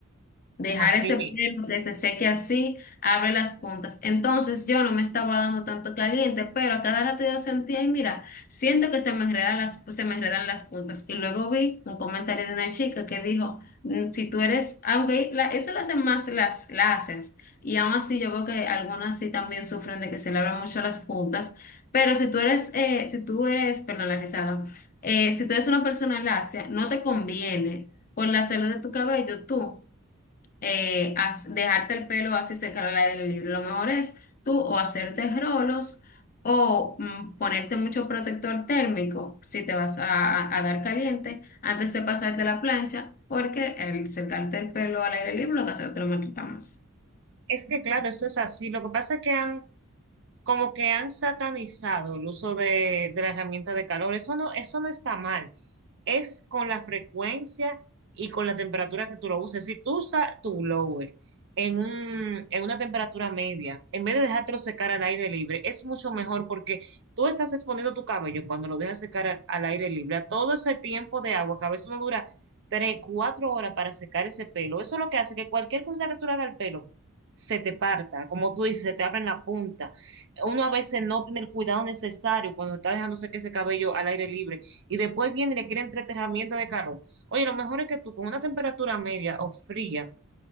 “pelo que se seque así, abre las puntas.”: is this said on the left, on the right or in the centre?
Left